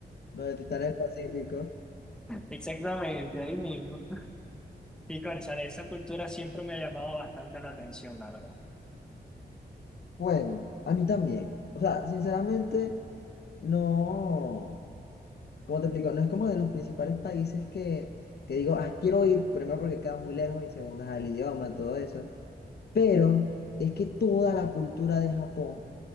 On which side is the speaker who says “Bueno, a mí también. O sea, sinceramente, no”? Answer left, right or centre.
Left